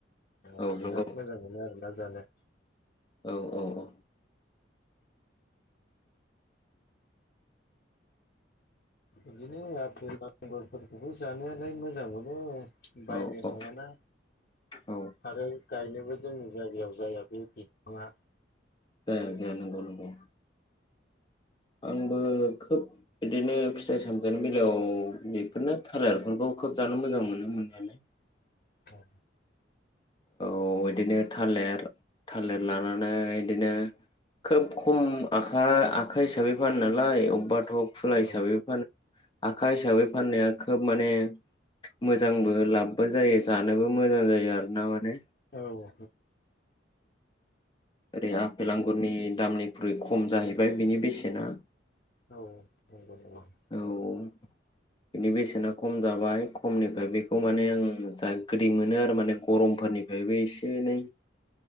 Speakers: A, on the left; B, on the left.
A: ओ
B: औ
A: बिराद
B: नंगौ
A: मोजां मोनो आरो ना जानो
B: औ औ औ
A: इदिनो आपेल आ गुरफोरखौबो जानायालाय मोजां मो नो बायनो
B: औ औ
A: हायाना
B: औ
A: आरो गायनोबो जोंनि जायगायाव जाया बे बिफांङा।
B: जाया जाया नंगौ नंगौ। आंबो खोब बिदिनो फिथाइ सामथायनि बेलायाव बेफोरनो थालिरफोरखौ खोब जानो मोजां मोनो मोननायालाय।
A: औ
B: औ इदिनो थालिर थालिर लानानै इदिनो खोब खम आखा आखा हिसाबै फानो नालाय अबेबाथ' खुला
A: औ
B: हिसाबैबो फानो आखा हिसाबै फाननाया खोब माने मोजांबो लाबबो जायो जानोबो मोजां जायो आरो। ना माने
A: औ औ
B: ओरै आफेल आंगुरनि दामनिख्रुइ खम जाहैबाय बिनि बेसेना
A: औ औ <unintelligible>
B: औ बिनि बेसेना खम जाबाय खमनिफ्राय बेखौ माने आं जा गोदै मोनो आरो माने गरमफोरनिफ्रायबो एसे एनै